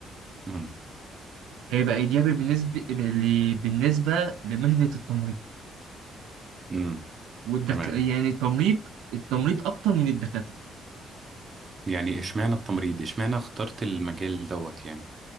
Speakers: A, on the right; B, on the right.
A: امم
B: هيبقى ايجابي بالنسبه بال- بالنسبه لمهنه التمريض
A: امم
B: والدك
A: تمام
B: يعني التمريض التمريض اكتر من الدكاتره
A: يعني اشمعنى التمريض اشمعنى اخترت المجال دوت يعني